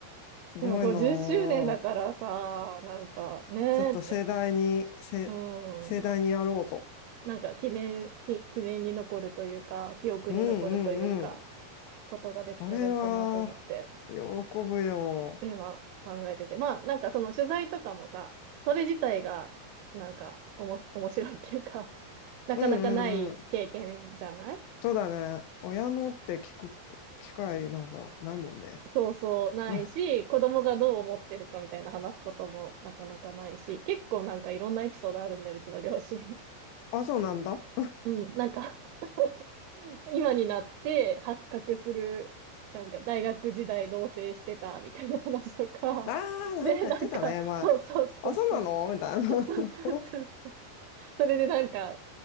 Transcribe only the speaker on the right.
でも50周年だからさ、なんかねーって、
うん、
なんか記念、き記念に残るというか、記憶に残るというか、
ことができたらいいかなと思って、
今考えてて。まあ、なんかその取材とかもさ、それ自体が、なんか、おも、面白いっていうか、<laughs> なかなかない経験じゃない
そうそう、
ないし、
子供がどう思ってるかみたいな話すこともなかなかないし、結構なんかいろんなエピソードあるんだよ、うちの両親。
<laughs>
うん、なんか <laughs> 今になって発覚する、なんか大学時代同棲してたみたいな話とか、
で、なんか、
そうそうそうそう、
そうそうそうそう
それでなんか、